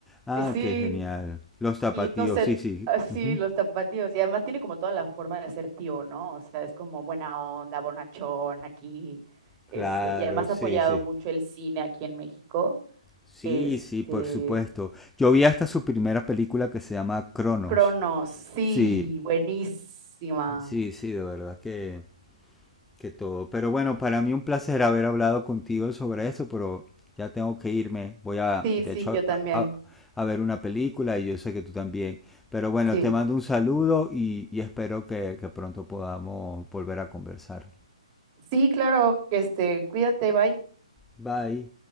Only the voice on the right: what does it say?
sí,
Y no sé,
así
los tapatíos. Y además tiene como toda la forma de ser tío, ¿no? O sea, es como buena onda, bonachón aquí. Este,
y además
ha apoyado
mucho el cine aquí en México.
Este,
Cronos, sí,
buenísima.
Sí,
sí,
yo también.
Sí.
Sí, claro, este, cuídate, bye.